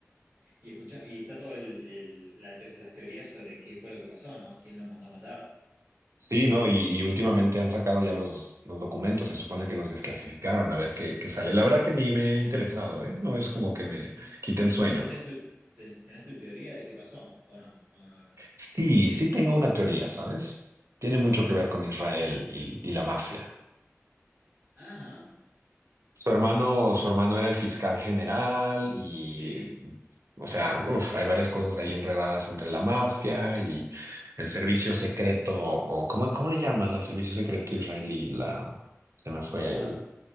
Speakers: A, on the right; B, on the right.
A: Y escucha, y está todo el, el- la teo- las teorías sobre qué fue lo que pasó, ¿no? ¿Quién lo mandó a matar?
B: Sí, ¿no? Y, y últimamente han sacado ya los, los documentos, se supone que los desclasificaron, a ver qué, qué sale. La verdad que ni me he interesado, ¿eh? No es como que me
A: Ujú.
B: quite el sueño.
A: Pero vos tenés tu, te- tenés tu teoría de qué pasó, ¿o no? No, no,
B: Sí, sí tengo una teoría, ¿sabes? Tiene mucho
A: A ver.
B: que ver con Israel y, y la mafia.
A: Ajá.
B: Su hermano, su hermano era el fiscal general y,
A: Sí.
B: o sea, uf, hay varias cosas ahí enredadas entre la mafia y el servicio secreto, o ¿cómo, cómo le llaman al servicio secreto israelí? La, se me fue
A: Mossad.